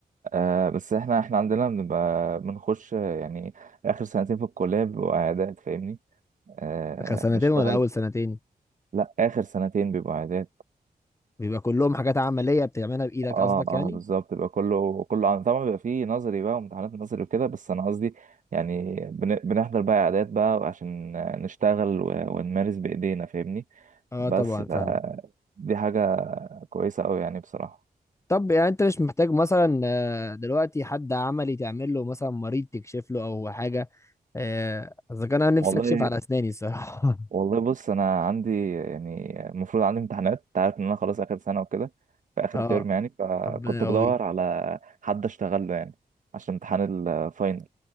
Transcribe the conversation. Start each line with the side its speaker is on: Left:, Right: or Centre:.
Right: آه، بس احنا احنا عندنا بنبقى بنخش آه، يعني آخر سنتين في الكلية بيبقوا عيادات فاهمني؟ آه
Left: اخر سنتين
Right: نشتغل
Left: ولا اول سنتين
Right: لا اخر سنتين بيبقوا عادات
Left: بيبقى كلهم حاجات عملية بتعملها بإيدك
Right: اه
Left: قصدك
Right: اه
Left: يعني؟
Right: بالظبط بيبقى كله كله عن طبعا بيبقى فيه نظري بقى وامتحانات نظري وكده بس انا قصدي يعني بن... بنحضر بقى عادات بقى عشان نشتغل و... ونمارس بايدينا فاهمني
Left: اه
Right: بس
Left: طبعا
Right: ف...
Left: فاهم
Right: دي حاجة كويسة أوي يعني بصراحة
Left: طب يعني انت مش محتاج مثلا آه، دلوقتي حد عملي تعمل له مثلا مريض تكشف له او حاجة آه، اذا كان انا
Right: والله
Left: نفسي اكشف على اسناني الصراحة
Right: والله بص أنا عندي يعني المفروض عندي امتحانات أنت عارف إن أنا خلاص آخر سنة وكده
Left: <laughs>
Right: في آخر
Left: اه
Right: ترم يعني فكنت
Left: طب أو
Right: بدور على حد أشتغل له يعني عشان امتحان الفاينل